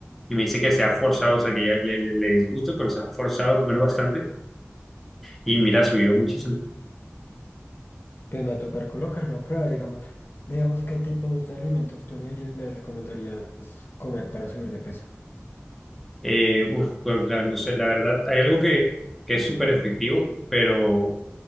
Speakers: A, in the centre; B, on the left.
A: Y me dice que se ha forzado, o sea, que ya le, le, le disgusta, pero se ha forzado a comer bastante. Y mira, ha subido muchísimo.
B: pues me va a tocar colocarlo a prueba, digamos. Digamos, ¿qué tipos de alimentos tú me, dirías- me recomendarías comer para subir de peso?
A: Eh, uf, pues, la- no sé, la verdad, hay algo que, que es súper efectivo, pero